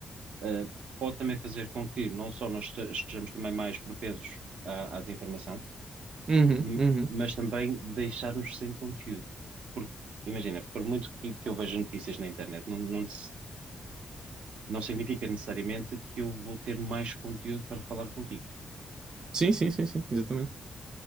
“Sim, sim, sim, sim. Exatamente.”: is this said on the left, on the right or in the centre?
Right